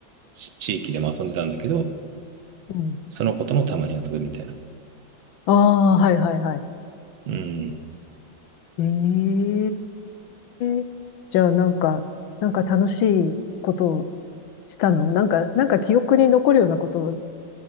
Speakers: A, on the right (about 85°); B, on the left (about 80°).
A: 地域でも遊んでたんだけど、
B: うん。
A: その子ともたまに遊ぶみたいな。
B: ああ、はいはいはい。
A: うん。
B: ええじゃあなんか、なんか楽しいことをしたのなんか、なんか記憶に残るようなことを